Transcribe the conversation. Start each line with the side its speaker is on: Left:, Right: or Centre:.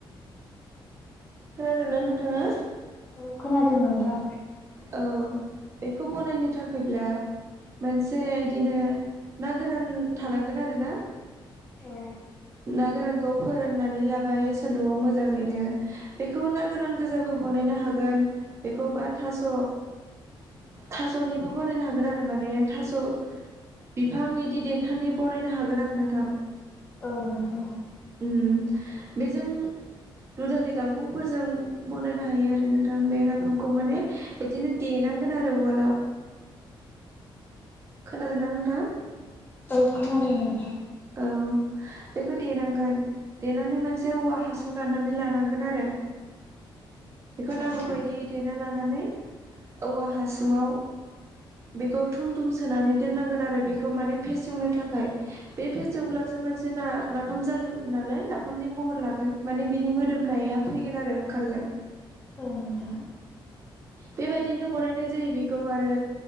Right: खोनादों ना नोंथाङा?
Left: औ खोनादों नोंथां।
Right: औ बेखौ बनायनो थाखैब्ला मोनसे इदिनो ना गोरान थानांगोन आरो ना।
Left: औ
Right: ना गोरानखौ फोराननानै लाबाय सान्दुंआव मोजाङैनो बेखौ ना गोरान गोजाबो बनायनो हागोन बेखौ बा थास' थास'निबो बानायनो हागोन आरो माने थास' बिफां इदि देन्थानि बानायनो हागोन आरो नोंथां
Left: औ नोंथां औ
Right: उम बेजों दुधालि गांखंफोरजों बनायनो हायो आरो नोंथां बे नाफामखौ माने बिदिनो देनांगोन आरो उवालाव खोनादोना नोंथां?
Left: औ खोनादों नोंथां
Right: औ बेखौ देनांगोन देनानै मोनसे औवा हासुं दाननानै लानांगोन आरो बेखौ
Left: औ
Right: नांगौबायायदियै देना लानानै औवा हासुङाव। बेखौ थुम थुम सोनानै दोननांगोन आरो बेखौ माने फेसेवनो थाखाय बे फेसुकब्लासो मानसि ना नाफाम जागोन नालाय नाफामनि महर लागोन माने बिनि मोदोमनाया फैगोन आरो ओंखारगोन
Left: औ नोंथां
Right: बेबायदिनो बनायनाय जायो बेखौ आरो